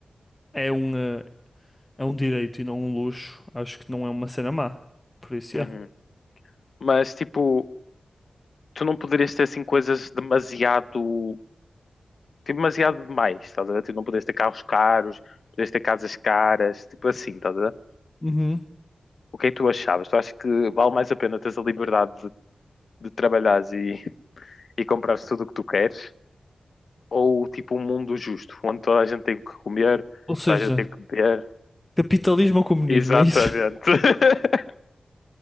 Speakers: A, on the left (about 15°); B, on the left (about 65°).
A: é um, eh, é um direito e não um luxo, acho que não é uma cena má. Por isso,
B: uhum.
A: é.
B: Mas tipo, tu não poderias ter assim coisas demasiado, tipo, demasiado demais, estás a ver? Tu não poderias ter carros caros, poderias ter casas caras, tipo assim, estás a ver?
A: Uhum.
B: O que é que tu achavas? Tu achas que vale mais a pena teres a liberdade de, de trabalhares e, e comprares tudo o que tu queres? Ou tipo um mundo justo, onde toda a gente tem o que comer,
A: Ou seja,
B: toda a gente tem o que beber.
A: capitalismo ou comunismo,
B: Exatamente.
A: é isso?
B: <laughs>